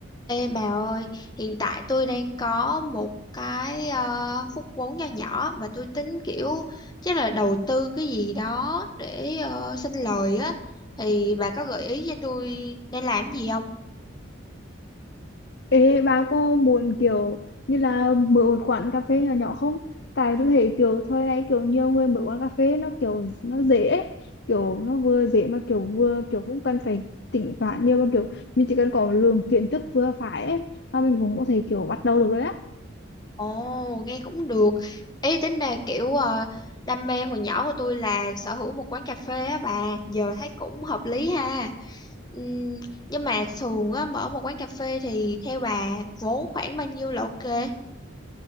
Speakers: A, on the left (about 20°); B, on the left (about 55°).
A: Ê bà ơi, hiện tại tôi đang có một cái ờ, phút vốn nho nhỏ mà tôi tính kiểu chắc là đầu tư cái gì đó để uh, sinh lời á thì bà có gợi ý cho tôi nên làm gì không?
B: Ê, bà có muốn kiểu như là mở một quán cà phê nhỏ nhỏ không? Tại tôi thấy kiểu thời này kiểu nhiều người mở quán cà phê nó kiểu nó dễ ấy. Kiểu nó vừa dễ mà kiểu vừa kiểu không cần phải tính toán nhiều mà kiểu mình chỉ cần có lượng kiến thức vừa phải ấy mà mình cũng có thể kiểu bắt đầu được đấy á.
A: Ồ, nghe cũng được. Ý tính là kiểu ờ, đam mê hồi nhỏ của tôi là sở hữu một quán cà phê á bà, giờ thấy cũng hợp lý ha. Ừm, nhưng mà thường á mở một quán cà phê thì theo bà vốn khoảng bao nhiêu là ok?